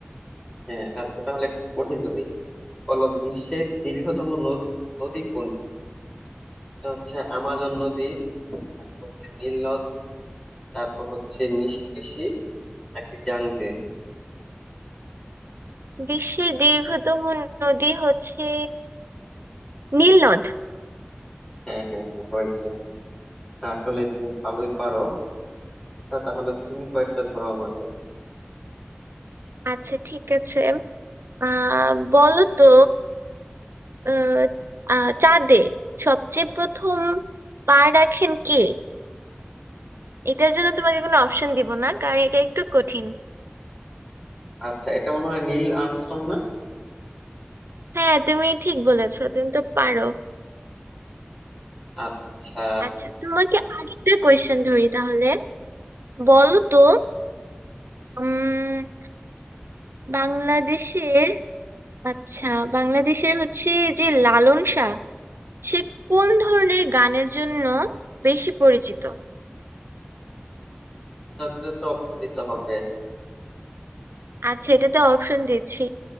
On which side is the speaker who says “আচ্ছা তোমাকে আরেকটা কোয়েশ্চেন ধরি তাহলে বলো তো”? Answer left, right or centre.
Right